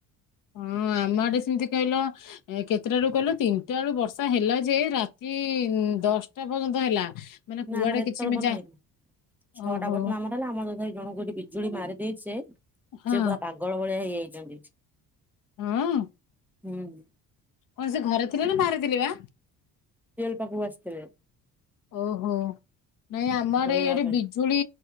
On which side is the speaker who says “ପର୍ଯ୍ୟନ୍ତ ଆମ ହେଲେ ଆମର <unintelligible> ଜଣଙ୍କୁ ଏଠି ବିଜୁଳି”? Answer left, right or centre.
Centre